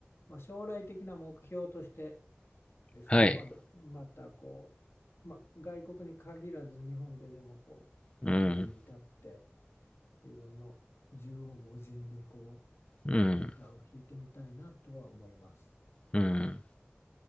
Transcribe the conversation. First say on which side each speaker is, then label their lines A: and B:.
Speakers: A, on the left; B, on the left.
A: まあ、将来的な目標としてですね、
B: はい。
A: まだ、またこう、まあ、外国に限らず日本ででもこうステージに立って
B: うん。
A: 自分の縦横無尽にこ
B: うん。
A: うギターを弾いてみたいなとは思います。
B: うん。